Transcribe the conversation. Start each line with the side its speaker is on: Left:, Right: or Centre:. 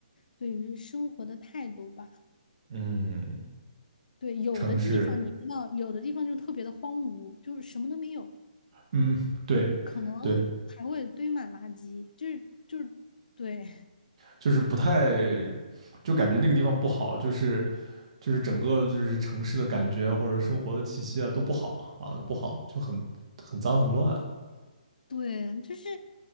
Left: 对于生活的态度吧。
Right: 嗯，
Left: 对，有的地方你知道，
Right: 城市，
Left: 有的地方就特别的荒芜，就是什么都没有，
Right: 嗯，对对，
Left: 可能还会堆满垃圾，就是就是对
Right: 就是不太，就感觉那个地方不好，就是就是整个就是城市的感觉啊或者生活的气息啊都不好啊，不好，就很很脏很乱，
Left: 对，就是